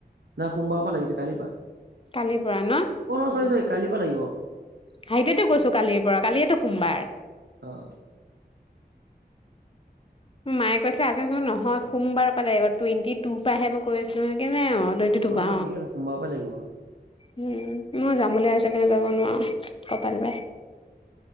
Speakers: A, on the right; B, on the left.
A: না সোমবাৰৰ পৰা লাগিছে কালিৰ পৰা
B: কালিৰ পৰা ন
A: অ নহয়
B: উম,
A: চৰি চৰি কালিৰ পৰা লাগিব।
B: সেইটোৱেতো কৈছো কালিৰ পৰা কালিয়েতো সোমবাৰ।
A: অ অ।
B: মায়ে কৈছিলে আজিচোন নহয় সোমবাৰৰ পাৰে টুৱেণ্টি টু পৰাহে মই কৈ আছিলো সে অ টুৱেণ্টি টু
A: অ
B: পা
A: নাই ঠিকে আছে সোমবাৰৰ পৰা লাগিব হয়।
B: উম মই যাম বুলি ভাবিছো ইকাৰনে যাব নোৱাৰোঁ কপাল বেয়া।